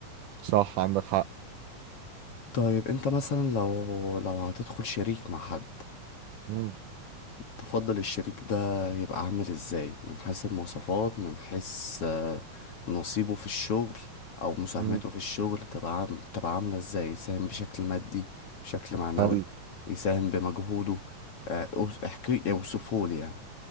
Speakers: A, on the right (about 80°); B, on the left (about 50°).
A: صح عندك حق
B: طيب انت مثلا لو لو هتدخل شريك مع حد
A: مم.
B: تفضل الشريك ده يبقى عامل ازاي من حيث المواصفات من حيث آه، نصيبه في الشغل او مساهمته
A: مم.
B: في الشغل تبقى عام... تبقى عاملة ازاي يساهم بشكل مادي بشكل معنوي
A: حلو.
B: يساهم بمجهوده آه، أوص- احكي اوصفه لي يعني